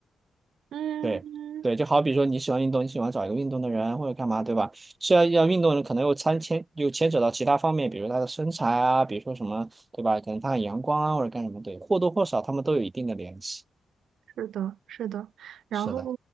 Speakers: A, on the right (about 85°); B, on the right (about 25°).
A: 嗯，
B: 对对，就好比说你喜欢运动，你喜欢找一个运动的人或者干嘛，对吧？虽然要运动的人，可能又参牵又牵扯到其他方面，比如他的身材啊，比如说什么，对吧？可能他很阳光啊，或者干什么，对，或多或少他们都有一定的联系。
A: 是的，是的。然后
B: 是的，